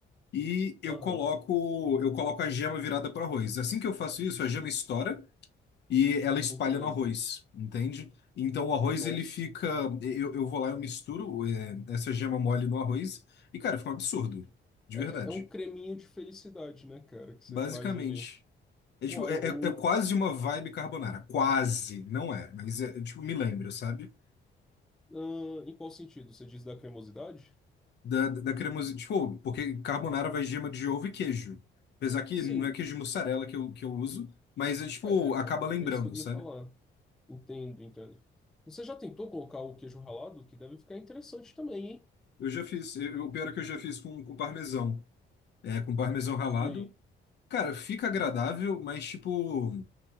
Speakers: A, on the left; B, in the centre.
A: e eu
B: Aham,
A: coloco eu coloco a gema virada para o arroz. Assim que eu faço isso, a gema estoura e ela espalha
B: tô entendendo.
A: no arroz, entende? Então o
B: Nossa.
A: arroz ele fica, eu, eu vou lá eu misturo é, essa gema mole no arroz e cara, fica um absurdo, de
B: É,
A: verdade.
B: é é um creminho de felicidade, né, cara, que você
A: Basicamente.
B: faz ali.
A: É,
B: Uau,
A: tipo, é, é-
B: eu...
A: é quase uma vibe carbonara, quase, não é, mas é, é, tipo, me lembra, sabe?
B: ah, em qual sentido? Você diz da cremosidade?
A: Da, da cremosinha. Tipo, porque carbonara vai gema de ovo e queijo. Apesar que
B: Sim,
A: não é queijo de mussarela que eu, que eu uso, mas é tipo,
B: É, é,
A: acaba
B: é
A: lembrando,
B: é isso que eu
A: sabe?
B: ia falar. Entendo, entendo. Você já tentou colocar o queijo ralado? Que deve ficar interessante também, hein?
A: Eu já fiz, eu- o pior é que eu já fiz com, com parmesão. É, com parmesão ralado.
B: E aí?
A: Cara, fica agradável, mas tipo,